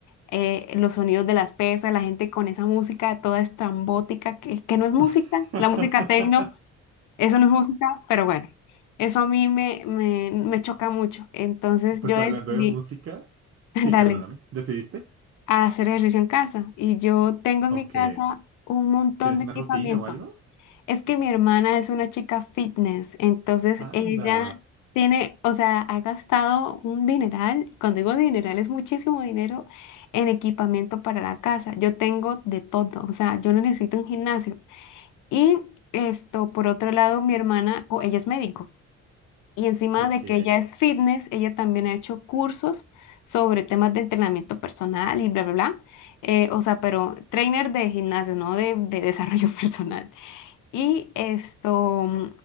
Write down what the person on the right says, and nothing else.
<laughs>
Pues
hablando de música.
Sí, perdóname. ¿Decidiste?
Ok.
¿Tienes
una
rutina o algo?
Anda.
Ok.